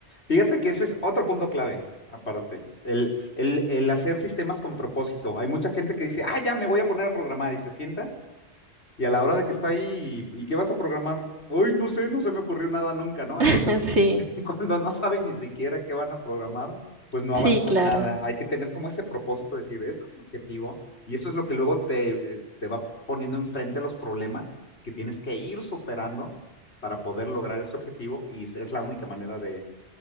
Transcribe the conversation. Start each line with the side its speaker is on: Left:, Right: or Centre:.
Left: Fíjate que ese es otro punto clave, aparte. El, el, el hacer sistemas con propósito. Hay mucha gente que dice, ah, ya me voy a poner a programar y se sienta Y a la hora de que está ahí, ¿y, y qué vas a programar? Uy, no sé, no se me ocurrió nada nunca, ¿no?
Right: <laughs>
Left: Entonces,
Right: Sí,
Left: <laughs> cuando no saben ni siquiera qué van a programar, pues no
Right: sí,
Left: avanzan
Right: claro.
Left: nada. Hay que tener como ese propósito de decir, esto es mi objetivo, y eso es lo que luego te, eh, te va poniendo enfrente los problemas que tienes que ir superando para poder lograr ese objetivo, y es es la única manera de